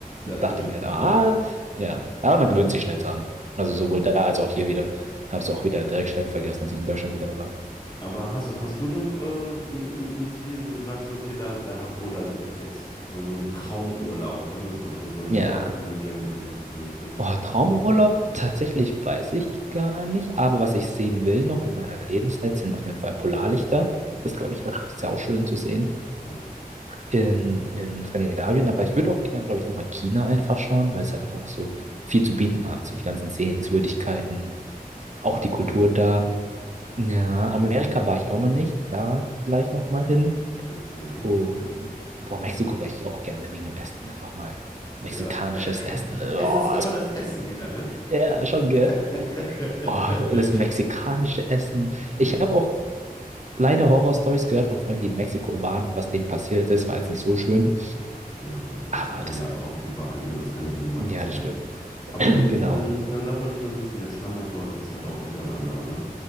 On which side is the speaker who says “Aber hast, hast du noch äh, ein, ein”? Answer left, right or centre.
Left